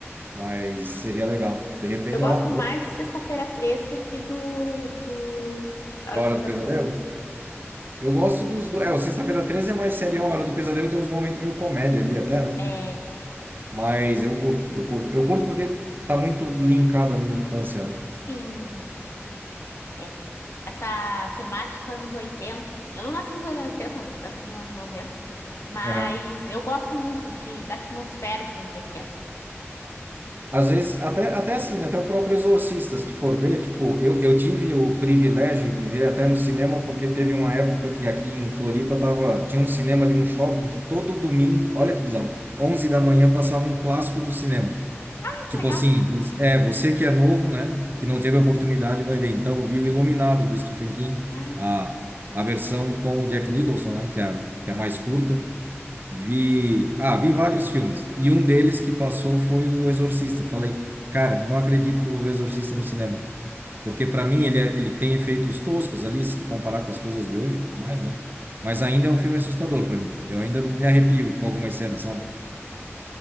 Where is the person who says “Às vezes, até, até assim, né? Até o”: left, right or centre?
Right